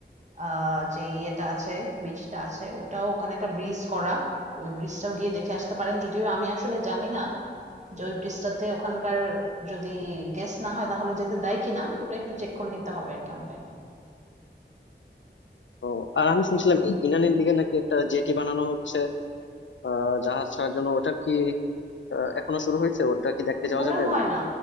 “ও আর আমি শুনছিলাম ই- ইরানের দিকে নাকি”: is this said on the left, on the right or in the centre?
Left